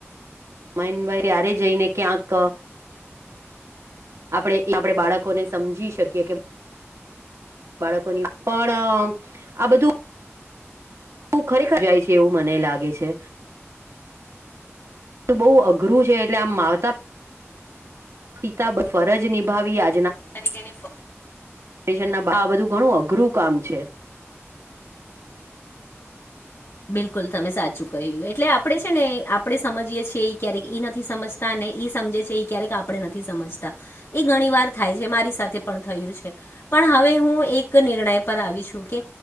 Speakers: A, on the right (about 70°); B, on the left (about 65°).
A: ય માન ત્યારે જઈને ક્યાંક આપણે એ આપણે બાળકોને સમજી શકીએ કે બાળકોની પણ આ બધું હું ખરેખર જાય છે, એવું મને લાગે છે. બહુ અઘરું છે, એટલે આમ માતા પિતાફરજ નિભાવી આ
B: અને કેની ફ
A: શ ના આ બધું ઘણું અઘરું કામ છે.
B: બિલકુલ તમે સાચું કહ્યું એટલે આપણે છે ને આપણે સમજીએ છીએ એ ક્યારેક નથી સમજતા ને? એ સમજે છે એ ક્યારેક આપણે નથી સમજતા એ ઘણી વાર થાય છે મારી સાથે પણ થયું છે. પણ હવે હું એક નિર્ણય પર આવી છું, કે